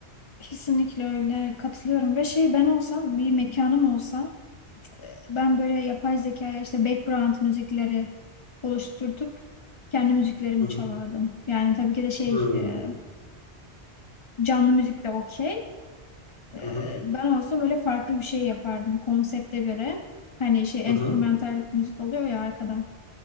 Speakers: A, on the left (about 40°); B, on the left (about 20°).
A: Kesinlikle öyle katılıyorum ve şey ben olsam bir mekanım olsa ben böyle yapay zekaya işte background müzikleri oluşturtup kendi müziklerimi
B: Hı hı.
A: çalardım. Yani tabii ki de şey
B: Hmm.
A: e, canlı müzik de okey Ee,
B: Hı hı.
A: Ben olsam öyle farklı bir şey yapardım konsepte göre. Hani şey
B: Hı
A: enstrümantal
B: hı.
A: müzik oluyor ya arkada.